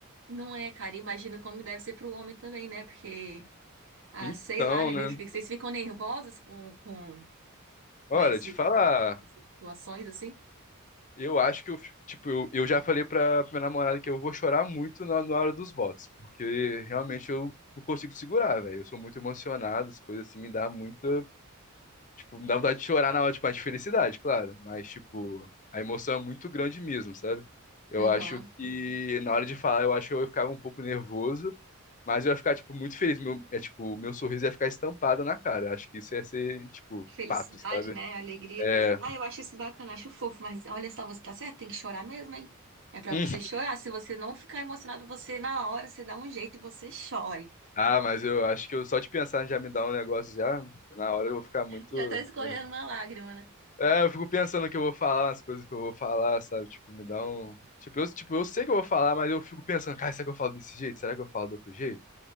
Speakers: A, on the right; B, on the left.
A: Não é, cara, imagino como deve ser para o homem também, né? Porque, ah,
B: Então,
A: sei lá, né, eles,
B: né?
A: vocês ficam nervosos com, com,
B: Olha,
A: com esse,
B: te falar,
A: essas situações, assim?
B: eu acho que eu, fi- tipo, eu, eu já falei pra, pra minha namorada que eu vou chorar muito na, na hora dos votos, porque realmente eu não consigo segurar, velho. Eu sou muito emocionado, as coisas assim me dá muito. Tipo, me dá vontade de chorar na hora, tipo, a de felicidade, claro. Mas, tipo, a emoção é muito grande mesmo, sabe? Eu
A: Aham.
B: acho que na hora de falar, eu acho que eu ia ficar um pouco nervoso, mas eu ia ficar, tipo, muito feliz. Meu, é, tipo, meu sorriso ia ficar estampado na cara. Acho que isso ia ser, tipo,
A: Felicidade,
B: fato, sabe?
A: né? Alegria.
B: É. <laughs>
A: Ah, eu acho isso bacana, acho fofo, mas olha só, você tá certo, tem que chorar mesmo, hein? É para
B: Hum.
A: você chorar. Se você não ficar emocionado, você na hora, você dá um jeito e você chore.
B: Ah, mas eu acho que eu, só de pensar já me dá um negócio já. Na hora eu vou ficar muito
A: Já tá escorrendo
B: nervoso.
A: uma lágrima, né?
B: É, eu fico pensando o que eu vou falar, as coisas que eu vou falar, sabe? Tipo, me dá um. Tipo, eu, tipo, eu sei que eu vou falar, mas eu fico pensando, cara, será que eu falo desse jeito? Será que eu falo do outro jeito?